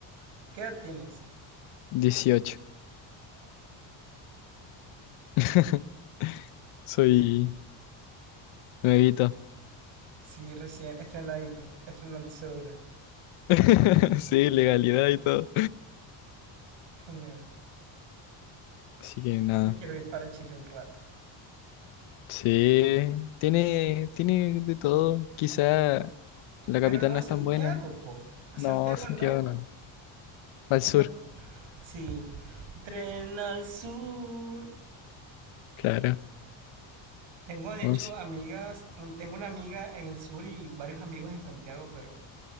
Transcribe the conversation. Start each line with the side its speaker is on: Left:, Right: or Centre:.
Right: <laughs> ¿Qué edad tienes?
Left: dieciocho <laughs> Soy nuevito.
Right: Sí, recién estrenadito, estrenando cédula.
Left: <laughs> Sí, legalidad y todo.
Right: Genial.
Left: Así que nada.
Right: Me quiero ir para Chile un rato.
Left: Sí, tiene, tiene de todo. Quizá la
Right: Pero
Left: capital
Right: no
Left: no
Right: a
Left: es
Right: Santiago,
Left: tan buena.
Right: po. A
Left: No,
Right: Santiago
Left: Santiago
Right: no.
Left: no. Al sur,
Right: No, Sí, tren al sur.
Left: claro.
Right: Tengo de
Left: No,
Right: hecho
Left: sí.
Right: amigas, un- tengo una amiga en el sur y varios amigos en Santiago, pero